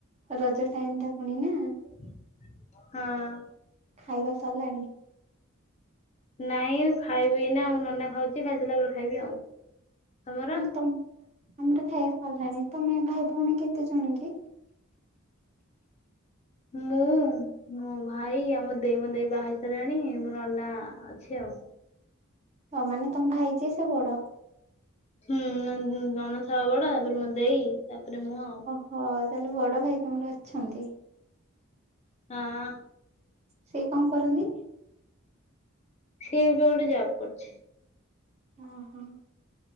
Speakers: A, on the right (about 35°); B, on the left (about 30°).
A: ରଜ ଟାଇମ୍ ଟା ପୁଣି ନା।
B: ହଁ।
A: ଖାଇବା ସାରିଲାଣି?
B: ନାଇଁ ଖାଇବି ଏଇନା ଆଉ। ନନା ଖାଉଛି ଖାଇସାଇଲା ପରେ ଖାଇବି ଆଉ। ତମର?
A: ମାନେ ତମ୍ ତମର ଖାଇବା ସାରିଲାଣି ତମେ ଭାଇ ଭଉଣୀ କେତେ ଜଣ କି?
B: ମୁଁ ମୋ ଭାଇ ଆଉ ମୋ ଦେଇ। ମୋ ଦେଇ ବାହା ହେଇ ସାଇଲାଣି ମୋ ନନା ଅଛି ଆଉ।
A: ହଁ ମାନେ ତମ ଭାଇ ଯିଏ ସେ ବଡ଼ ‌?
B: ହୁଁ ନନ୍ ନନା ସବା ବଡ ତାପରେ ମୋ ଦେଇ ତାପରେ ମୁଁ ଆଉ।
A: ହଁ ତାହେଲେ ବଡ ଭାଇ ତମର ଅଛନ୍ତି?
B: ହଁ।
A: ସେ କଣ କରନ୍ତି?
B: ସିଏ ଏବେ ଗୋଟେ ଜବ୍ କରୁଛି।
A: ଓହୋ।